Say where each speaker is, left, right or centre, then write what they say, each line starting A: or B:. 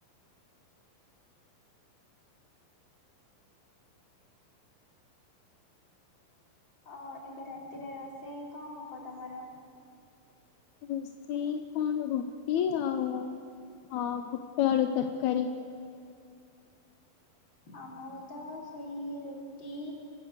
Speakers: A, on the left; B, on the left.
A: ହ ଏବେ ରାତିରେ ରୋଷେଇ କଣ ହବ ତମର?
B: ରୋଷେଇ କଣ ରୁଟି ଆଉ ହଁ ବୁଟ ଆଳୁ ତରକାରୀ।
A: ଆମର ତ ସେଇ ରୁଟି